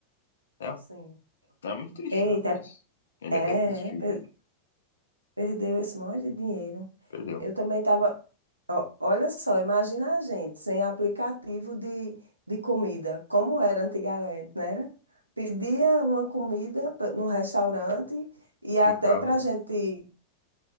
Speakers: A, on the left; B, on the right.
A: É,
B: sim.
A: é muito triste,
B: Eita,
A: né? Mas ele
B: é,
A: até desistiu,
B: é, per- perdeu esse monte de dinheiro.
A: perdeu.
B: Eu também estava Ó, Olha só, imagina a gente sem aplicativo de, de comida, como era antigamente, não era? Pedia uma comida p- no restaurante e até
A: Ficava,
B: para a gente,